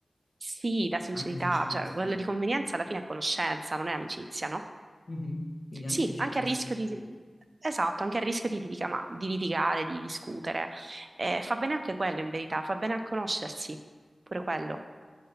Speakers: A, on the right (about 45°); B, on the left (about 70°).
A: sì, la sincerità,
B: anche se ci puoi
A: cioè
B: discutere.
A: quella di convenienza alla fine è conoscenza, non è amicizia, no?
B: Mhm. Quindi anche
A: Sì,
B: se ci
A: anche
B: potresti
A: a rischio
B: discutere,
A: di... Esatto, anche a rischio di, litiga- ma- di litigare, di discutere. Eh, fa bene anche quello, in verità, fa bene a conoscersi, pure quello.